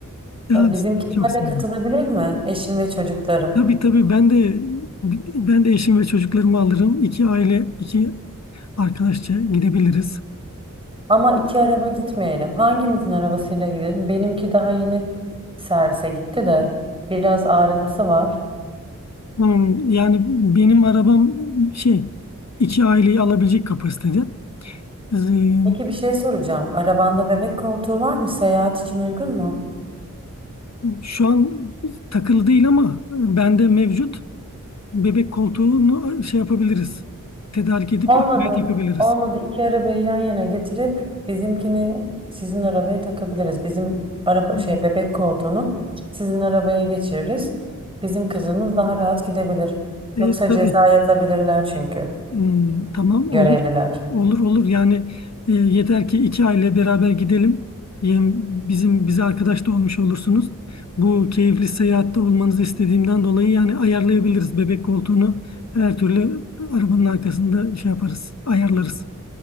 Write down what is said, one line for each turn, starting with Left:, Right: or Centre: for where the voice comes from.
Left: Ya
Right: E, Bizimkiler
Left: çok sevinirim.
Right: de katılabilir mi? Eşim ve çocuklarım.
Left: Tabii tabii ben de ben de eşim ve çocuklarımı alırım. İki aile, iki Arkadaşça gidebiliriz.
Right: Ama iki araba gitmeyelim. Hangimizin arabasıyla gidelim? Benimki daha yeni servise gitti de biraz arızası var.
Left: Hmm, yani benim arabam şey iki aileyi alabilecek kapasitede. Ee,
Right: Peki bir şey soracağım. Arabanda bebek koltuğu var mı? Seyahat için uygun mu?
Left: Şu an takılı değil ama bende mevcut bebek koltuğunu şey yapabiliriz. Tedarik edip
Right: Olmadı.
Left: arkaya takabiliriz.
Right: Olmadı. İki arabayı yan yana getirip bizimkini sizin arabaya takabiliriz. Bizim araba
Left: Hmm.
Right: şey bebek koltuğunu sizin arabaya geçiririz. Bizim kızımız daha rahat gidebilir.
Left: E,
Right: Yoksa
Left: tabii.
Right: ceza yazabilirler çünkü
Left: Hmm, tamam olur.
Right: görevliler.
Left: Olur olur yani e, yeter ki iki aile beraber gidelim. Yem- Bizim bize arkadaş da olmuş olursunuz. Bu keyifli seyahatte olmanızı istediğimden dolayı yani ayarlayabiliriz bebek koltuğunu. Her türlü arabanın arkasında şey yaparız, ayarlarız.